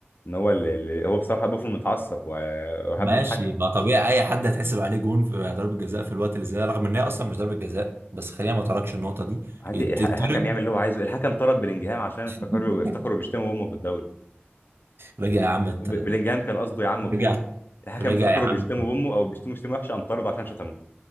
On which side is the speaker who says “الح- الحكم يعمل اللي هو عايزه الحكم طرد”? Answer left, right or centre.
Left